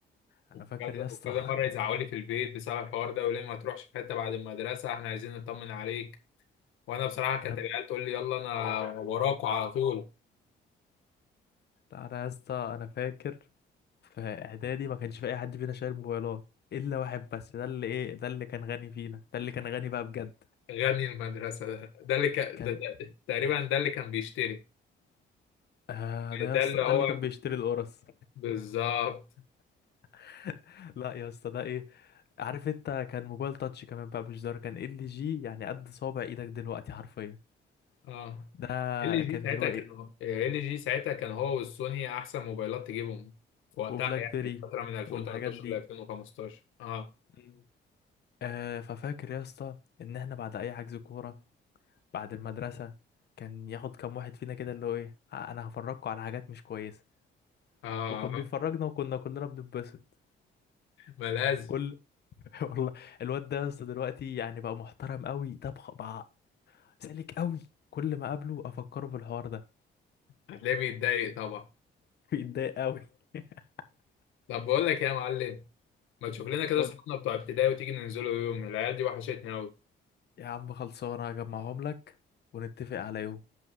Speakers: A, on the left; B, on the left.
A: انا
B: وكذا
A: فاكر يا اسطى
B: وكذا مره
A: <laughs>
B: يزعقوا لي في البيت بسبب الحوار ده وليه ما تروحش في حته بعد المدرسه احنا عايزين نطمن عليك وانا بصراحه كانت
A: انا
B: العيال تقول لي يلا انا وراكوا على طول
A: انا يا اسطى انا فاكر في اعدادي ما كانش في اي حد فينا شايل موبايلات الا واحد بس ده اللي ايه ده اللي كان غني فينا ده اللي كان غني بقى بجد
B: غني المدرسه ده, ده اللي كان
A: كان
B: ده, ده تقريبا ده اللي كان بيشتري
A: آه ده يا
B: ده
A: اسطى
B: اللي هو
A: ده اللي كان بيشتري القرص
B: بالظبط
A: <laughs> لا يا اسطى ده ايه عارف انت كان موبايل تاتش كمان بقى مش زر كان ال جي يعني قد صوابع ايدك دلوقتي حرفيا
B: اه
A: ده
B: ال جي
A: كان
B: ساعتها
A: اللي هو
B: كان
A: ايه
B: ال جي ساعتها كان هو والسوني احسن موبايلات تجيبهم في وقتها
A: وبلاك
B: يعني
A: بيري
B: في فتره من 2013
A: والحاجات دي
B: ل 2015 اه
A: مم. آه ففاكر يا اسطى ان احنا بعد اي حجز كوره بعد المدرسه كان ياخد كام واحد فينا كده اللي هو ايه آه، انا هفرجكوا على حاجات مش كويسه
B: اه
A: وكان بيفرجنا وكنا كلنا بنتبسط
B: ما لازم
A: كل <laughs> والله الواد ده يا اسطى دلوقتي يعني بقى محترم قوي ده بقى سالك قوي كل ما اقابله افكره بالحوار ده
B: هتلاقيه بيتضايق طبعا
A: بيتضايق قوي <laughs>
B: طب بقول لك إيه يا معلم ما تشوف لنا كده
A: قلت
B: اصحابنا بتوع ابتدائي وتيجي ننزلوا يوم العيال دي وحشتني قوي
A: يا عم خلصانه هجمعهم لك ونتفق على يوم